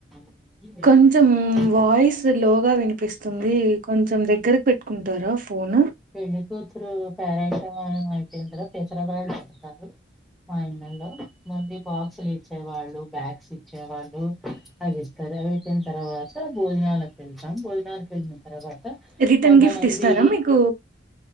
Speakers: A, in the centre; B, on the right.
A: కానీ బ్యాగులు
B: కొంచెం
A: కానీ
B: వాయిస్ లోగ వినిపిస్తుంది. కొంచం దగ్గరగ పెట్కుంటారా ఫోను?
A: పెళ్లి కూతురు పేరెంటం అయిపోయిన తరువాత తెచనమలు ఉంటాయి. మా ఇళ్ళల్లో మంది బాక్సులు ఇచ్చేవాళ్ళు. బ్యాగ్స్ ఇచ్చేవాళ్ళు అది ఇస్తరు అవి ఇచ్చిన తర్వాత భోజనాలకు పిలుస్ భోజనం. భోజనాలకు పిలిచిన తర్వాత
B: రిటర్న్
A: కొంతమంది.
B: గిఫ్ట్ ఇస్తారా మీకు